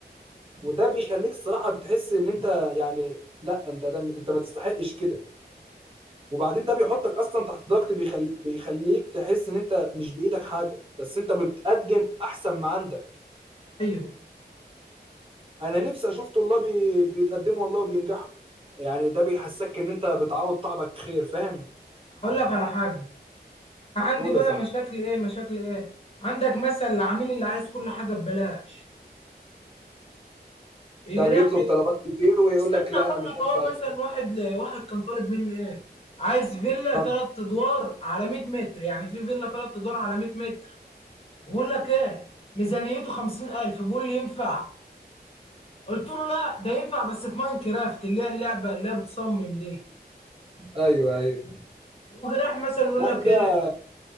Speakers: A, on the right; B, on the left.
A: وده بيخليك صراحه بتحس ان انت يعني لا انت ده انت ما تستحقش كده وبعدين ده بيحطك اصلا تحت ضغط بيخل بيخليك تحس ان انت مش بايدك حاجه بس انت بتقدم احسن ما عندك
B: ايوه
A: انا نفسي اشوف طلاب بي- بيتقدموا والله وبينجحوا يعني ده بيحسسك ان انت بتعوض تعبك خير فاهم
B: هقول لك على حاجه أنا عندي
A: قول
B: بقى
A: يا صاحبي
B: مشاكل ايه مشاكل ايه عندك مثلا العميل اللي عايز كل حاجه ببلاش يجي
A: ده بيطلب
B: رايح
A: طلبات كتير ويقول
B: استنى
A: لك لا انا
B: اقول
A: مش
B: لك
A: هدفع
B: اهو
A: الا
B: مثلا
A: كده
B: واحد ل... واحد كان طالب مني ايه عايز فيلا
A: آه،
B: ثلاث ادوار على 100 متر يعني في فيلا ثلاث ادوار على 100 متر بقول لك ايه ميزانيته 50000 بيقول لي ينفع قلت له لا ده ينفع بس في ماين كرافت اللي هي اللعبه اللي هي بتصمم دي
A: ايوه ايوه
B: وجراح مثلا يقول
A: لا
B: لك
A: ده
B: ايه